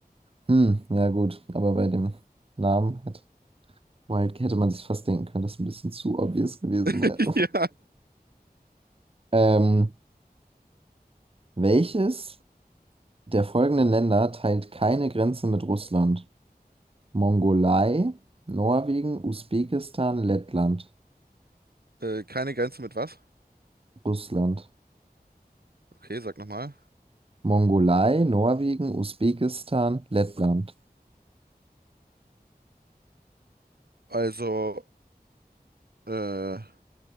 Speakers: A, on the right; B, on the right.
A: Hm, ja gut, aber bei dem Namen hätte, Wild hätte man sich fast denken können, dass es ein bisschen zu obvious gewesen
B: <laughs>
A: wäre.
B: Ja.
A: Ähm, welches? Der folgenden Länder teilt keine Grenze mit Russland. Mongolei, Norwegen, Usbekistan, Lettland.
B: Äh, keine Grenze mit was?
A: Russland.
B: Okay, sag nochmal.
A: Mongolei, Norwegen, Usbekistan, Lettland.
B: Also, äh,